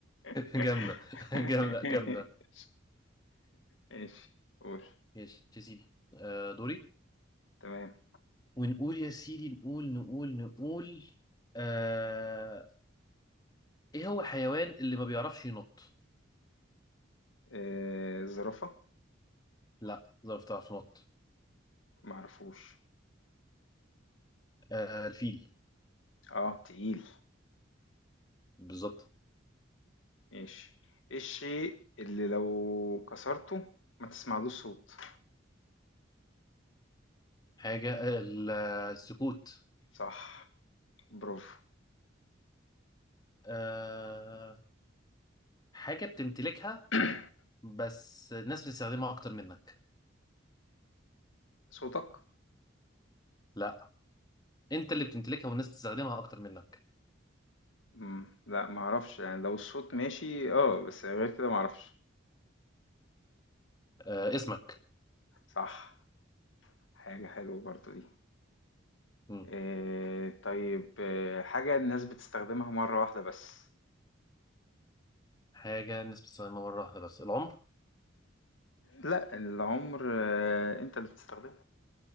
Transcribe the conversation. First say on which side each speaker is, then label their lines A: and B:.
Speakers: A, on the left; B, on the left.
A: <laughs>
B: جامدة جامدة جامدة
A: ماشي قول
B: ماشي يا سيدي أه دوري
A: تمام
B: ونقول يا سيدي نقول نقول نقول آه... ايه هو الحيوان اللي ما بيعرفش ينط
A: آه، الزرافة
B: لا ظرف تعرف تنط
A: معرفوش
B: آه... الفيل
A: اه تقيل
B: بالظبط
A: ماشي ايه الشيء اللي لو كسرته ما تسمعلوش صوت
B: حاجة آه، ال- آه، السكوت
A: صح برافو
B: آه... حاجة بتمتلكها
A: <coughs>
B: بس الناس بتستخدمها اكتر منك
A: <clears throat> صوتك
B: لا انت اللي بتمتلكها والناس بتستخدمها اكتر منك
A: مم. لا معرفش يعني لو الصوت ماشي اه بس غير كده معرفش
B: آه... اسمك
A: صح حاجة حلوة برضو دي
B: مم.
A: إيه طيب إيه حاجة الناس بتستخدمها مرة واحدة بس
B: حاجة الناس بتستخدمها مرة واحدة بس العمر
A: لا العمر آه، انت اللي بتستخدمه